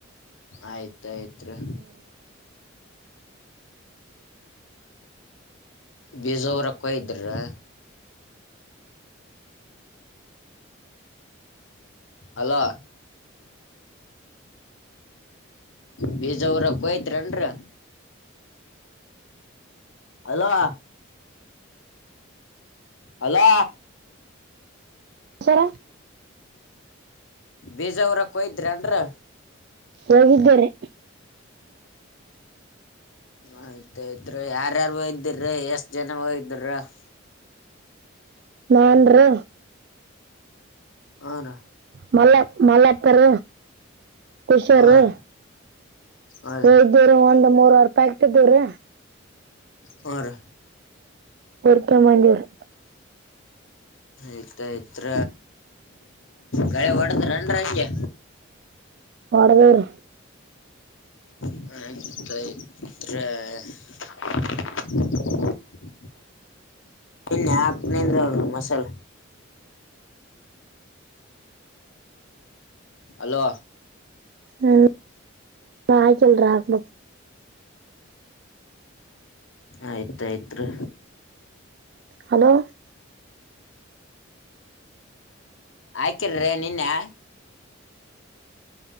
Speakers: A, on the left; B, on the right.
A: ಆಯ್ತಯತ್ ರೀ ಬೀಜಾ ಉರಾಕ್ಕ ಹೋಗಿದ್ರಾ. ಅಲೋ ಬೀಜಾವುರಾಕ ಹೋಗಿದ್ದರೇನ್ರೀ ಹಲೋ ಅಲೋ
B: ಸರ
A: ಬಿಜಾ ಊರಾಕ್ ಹೋಗಿದ್ದರೇನ
B: ಹೋಗಿದ್ದೇರಿ
A: ಆಯ್ತ ಆಯ್ತ್ರಿ ಯಾರ್ಯಾರ ಹೋಗಿದ್ದಿರಿ ಎಷ್ಟ ಜನಾ ಹೋಗಿದ್ರಿ <inaudible>
B: ಏನ್ರೀ
A: ಹೂ ಅಣ್ಣ
B: ಮಲ ಮಲಪ್ಪ ರ ಕುಷರಿ
A: ಹ್ರ ಹ್ರ
B: ಹ ಇದ್ದವ್ರೀ ಒಂದ್ ಮೂರವಾರ ಪ್ಯಾಕೆಟ್ ಇದ್ದವ್ರೀ
A: ಹುರಿ
B: ಹೊರ್ತ ಬಂದಿವ ರೀ
A: ಇಟ್ ಇತ್ರ ಗಳೆ ಹೊಡದ ರೆನ್ ಗೆ
B: ಹೋಡದೇವರಿ
A: <unintelligible> ನಿನ್ನೆ ಹಾಕ್ ನಿಂದ್ರರು ಮಸಾಲ ಅಲೋ
B: ಹ್ಮ್ ಹಾಕಿಲ್ರಿ ಹಾಕಬೇಕ
A: ಆಯ್ತು ಆಯ್ತರೀ
B: ಹಲೋ
A: ಆಯಕಿರಿ ನಿನ್ನೆ